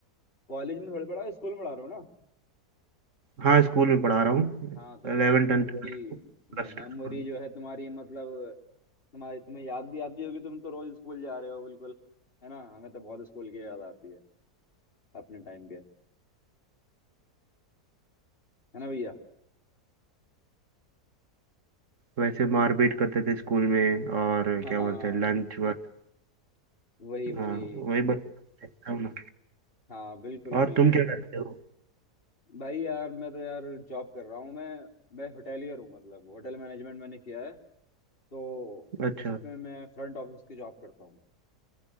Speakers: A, on the left; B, on the right.
A: कॉलेज में थोड़ी पढ़ा स्कूल में पढ़ा रहे हो ना
B: हाँ स्कूल में पढ़ा रहा हूँ
A: हाँ तो तुम्हारी
B: 11
A: मेमोरी
B: tenth twelfth plus
A: मेमोरी
B: two school
A: जो है तुम्हारी मतलब तुम्हारी तुम्हें याद भी आती होगी तुम तो रोज स्कूल जा रहे हो बिल्कुल है ना हमें तो बहुत स्कूल की याद आती है अपने टाइम के है ना भैया
B: वैसे मारपीट करते थे स्कूल में और
A: हाँ
B: क्या
A: हाँ,
B: बोलते हैं लंच वक्त
A: वही
B: हाँ
A: वही
B: वही बस देखता हूँ ना
A: हाँ बिल्कुल
B: और
A: बिल्कुल
B: तुम क्या करते हो
A: भाई यार मैं तो यार जॉब कर रहा हूँ मैं मैं होटेलियर हूँ मतलब होटल मैनेजमेंट मैंने किया है तो
B: अच्छा
A: उसमें मैं फ्रंट ऑफिस की जॉब करता हूँ